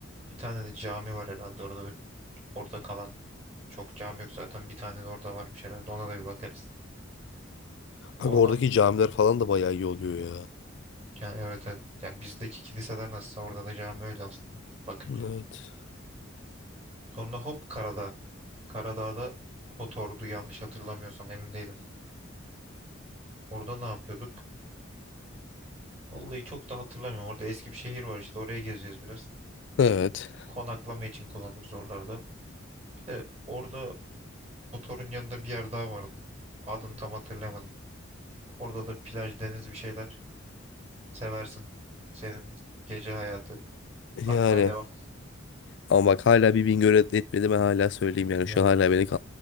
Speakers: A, on the right (about 30°); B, on the left (about 60°).
A: Bir tane de cami var herhalde orada. Orada kalan çok cami yok zaten. Bir tane de orada varmış herhalde. Ona da bir bakarız. Oradan
B: Bak oradaki camiler falan da bayağı iyi oluyor ya.
A: yani evet evet. Ya bizdeki kiliseler nasıl orada da cami öyle aslında bakınca.
B: Evet.
A: Sonra hop Karadağ. Karadağ'da Kotor'du yanlış hatırlamıyorsam emin değilim. Orada ne yapıyorduk? Vallahi çok da hatırlamıyorum. Orada eski bir şehir var işte oraya gezeceğiz biraz.
B: Evet.
A: Konaklama için kullanırız oralarda. Bir de orada Kotor'un yanında bir yer daha vardı. Adını tam hatırlamadım. Orada da plaj, deniz bir şeyler. Seversin. Senin gece hayatı
B: Yani.
A: akmaya devam.
B: Ama bak hala bir Bingöl et- etmedi ben hala söyleyeyim yani.
A: Ya
B: Şu an hala beni kal-